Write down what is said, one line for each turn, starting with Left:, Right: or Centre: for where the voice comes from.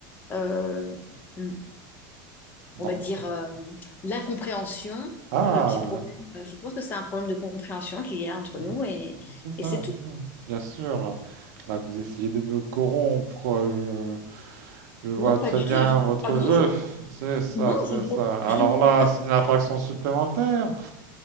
Left: euh, le- on
Right: Non.
Left: va dire,
Right: Voilà.
Left: euh, l'incompréhension,
Right: Ah,
Left: hein, le petit problème. Euh, Je pense que c'est un problème de compréhension qu'il y a entre
Right: oui,
Left: nous et
Right: c'est ça,
Left: et c'est tout.
Right: c'est ça. Bien sûr. Là, vous essayez de me corrompre. Je, je vois
Left: Non,
Right: très
Left: pas du
Right: bien
Left: tout. Je-
Right: votre
Left: Ah non,
Right: jeu.
Left: je,
Right: C'est ça,
Left: non,
Right: c'est
Left: je ne
Right: ça.
Left: pro-
Right: Alors
Left: je ne propose
Right: là, c'est une infraction supplémentaire.